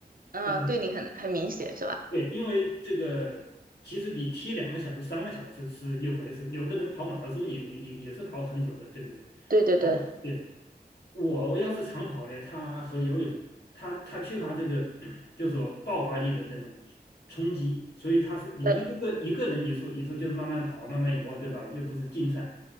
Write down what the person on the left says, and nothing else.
嗯，
对，因为这个其实你踢两个小时、三个小时是一回事，有的人跑马拉松也也也也是跑很久的，对不对？
啊，对，我要是长跑呢，他和游泳他他缺乏这个 <clears throat> 就是说爆发力的那种冲击，所以他是你一个个一个人你说你说就是慢慢跑啊慢慢游啊，
对吧？又不是竞赛，